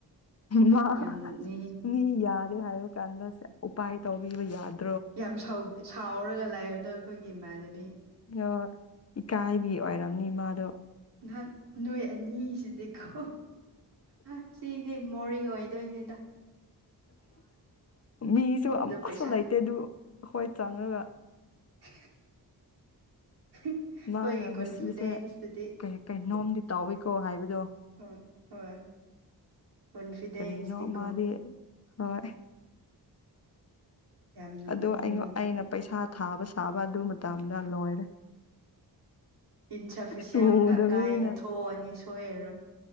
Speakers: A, on the left; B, on the right.
A: ꯃꯥ
B: ꯌꯥꯝ ꯅꯣꯛꯅꯤꯡꯉꯤ
A: ꯃꯤ ꯌꯥꯗ ꯍꯥꯏ꯫ <unintelligible> ꯎꯄꯥꯏ ꯇꯧꯕꯤꯕ ꯌꯥꯗꯦ꯫
B: ꯌꯥꯝ ꯁꯥꯎꯔꯒ ꯂꯥꯛꯕꯗꯣ ꯑꯩꯈꯣꯏꯒꯤ ꯏꯃꯥꯟꯅꯕꯤ꯫
A: ꯑꯣ ꯏꯀꯥꯏꯕꯤ ꯑꯣꯏꯔꯝꯅꯤ ꯃꯥꯗꯣ꯫
B: ꯅꯍꯪ ꯅꯣꯏ ꯑꯅꯤꯁꯤꯗꯤꯀꯣ ꯑ ꯁꯤ꯫ ꯃꯤꯃꯣꯔꯤ ꯑꯣꯢꯗꯣꯢꯅꯦꯗ
A: ꯃꯤꯁꯨ ꯑꯃꯨꯛꯀꯁꯨ
B: ꯑꯗꯣ ꯄꯩꯁꯥ
A: ꯂꯩꯇꯦ ꯑꯗꯨ ꯑꯩꯈꯣꯏ ꯆꯪꯉꯒ꯫
B: <unintelligible>
A: ꯃꯥꯅ ꯉꯁꯤꯁꯦ
B: ꯀꯣꯟꯐꯤꯗꯦꯟꯁꯇꯨꯗꯤ
A: ꯀꯩ ꯀꯩꯅꯣꯝꯗꯤ ꯇꯥꯎꯋꯤꯀꯣ ꯍꯥꯏꯕꯗꯣ
B: ꯍꯣꯏ ꯍꯣꯏ ꯀꯣꯟꯐꯤꯗꯦꯟꯁꯇꯤꯀꯣ
A: ꯀꯔꯤꯅꯣ ꯃꯥꯗꯤ ꯍꯣꯏ
B: ꯌꯥꯝ ꯅꯣꯛꯅꯤꯡꯉꯤ
A: ꯑꯗꯣ ꯑꯩꯅ ꯄꯩꯁꯥ ꯊꯥꯕ ꯁꯥꯕ ꯑꯗꯨ ꯃꯇꯝꯗ ꯂꯣꯏꯔꯦ
B: ꯏꯟꯁꯐꯤꯁꯌꯥꯟꯒ
A: ꯁꯨꯗꯕꯅꯤꯅ
B: ꯀꯥꯏꯅ ꯊꯣꯛꯑꯅꯤ ꯁꯣꯏꯔꯔꯣꯏ